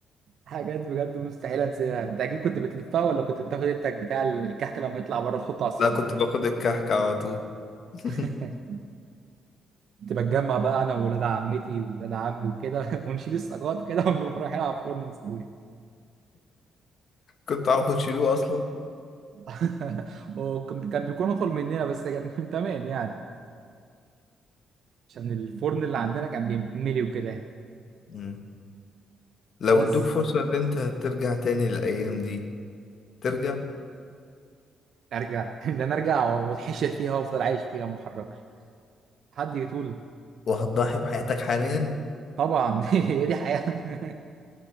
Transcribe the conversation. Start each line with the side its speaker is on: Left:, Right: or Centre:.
Right: حاجات بجد مستحيل انساها انت اكيد كنت بتلفها ولا كنت بتاخد التك بتاع الكحك لما يطلع بره تحطه على الصاج
Left: لا كنت باخد الكحك على طول <laughs>
Right: <laughs> كنت بتجمع بقى انا وولاد عمتي وولاد عمي وكده <laughs> ونشيل السجاد كده <laughs> ونروح رايحين على الفرن نسويها
Left: كنت عارف تشيلوه أصلا
Right: <laughs> وكان كان بيكون اطول مننا بس كان <laughs> تمام يعني عشان الفرن اللي عندنا كان بيتملي وكده يعني
Left: مم. لو
Right: بس
Left: ادوك فرصة ان انت ترجع تاني للأيام دي ترجع
Right: ارجع <laughs> ده انا ارجع واتحشر فيها وافضل عايش فيها ما اتحركش حد يطول
Left: وهتضحي بحياتك حاليا
Right: طبعا <laughs> هي دي حياة <laughs>